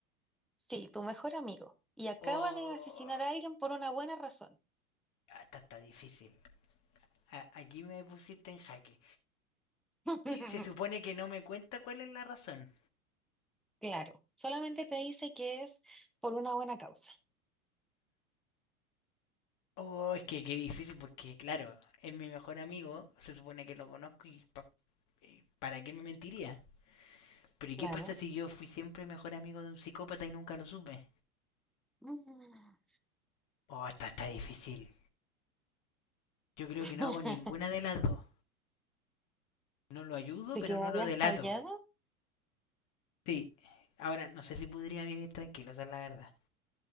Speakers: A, in the centre; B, on the left (about 40°).
A: Sí, tu mejor amigo. Y acaba
B: ¿O...?
A: de asesinar a alguien por una buena razón.
B: Ah, Está, está difícil. A- aquí me pusiste en jaque.
A: <laughs>
B: Y se supone que no me cuenta cuál es la razón.
A: Claro, solamente te dice que es por una buena causa.
B: Oh, es que qué difícil porque, claro, es mi mejor amigo, se supone que lo conozco y, pa- y ¿para qué me mentiría? Pero ¿y
A: Claro.
B: qué pasa si yo fui siempre mejor amigo de un psicópata y nunca lo supe?
A: Mm.
B: Oh, está, está difícil. Yo creo
A: <laughs>
B: que no hago ninguna de las dos. No lo ayudo,
A: ¿Te
B: pero
A: quedarías
B: no lo delato.
A: callado?
B: Sí, ahora no sé si podría vivir tranquilo, esa es la verdad.